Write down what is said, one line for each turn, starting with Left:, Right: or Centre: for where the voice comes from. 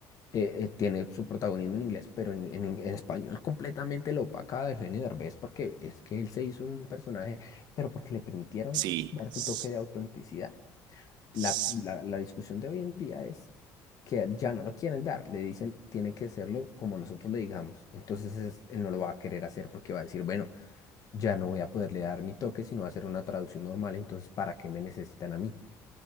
Left: eh, eh, tiene su protagonismo en inglés, pero en, en- en español completamente lo opaca de Eugenio Derbez porque es que él se hizo un personaje, pero porque le permitieron
Right: Sí.
Left: dar
Right: s-
Left: su toque de autenticidad. La,
Right: s-
Left: la- la discusión de hoy en día es que ya no lo quieren dar, le dicen, tienen que hacerlo como nosotros le digamos. Entonces es- él no lo va a querer hacer porque va a decir, bueno, ya no voy a poderle dar mi toque, sino va a hacer una traducción normal, entonces ¿para qué me necesitan a mí?